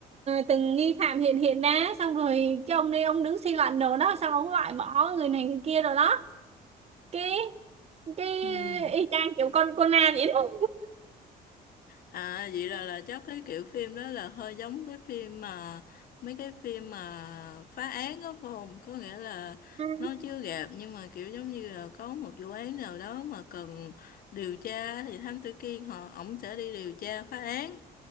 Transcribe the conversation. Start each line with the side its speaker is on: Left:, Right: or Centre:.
Right: từng nghi phạm hiện hiện ra xong rồi cái ông đây ông đứng suy luận đồ đó xong ông loại bỏ người này người kia rồi đó cái cái
Left: Ừ.
Right: y chang kiểu con Conan vậy đó
Left: À vậy là là chắc cái kiểu phim đó là hơi giống cái phim mà mấy cái phim mà phá án đó phải không? Có nghĩa là
Right: Ừ. <laughs>
Left: nó chưa gặp nhưng mà kiểu giống như là có một vụ án nào đó mà cần điều tra thì Thám Tử Kiên họ ổng sẽ đi điều tra phá án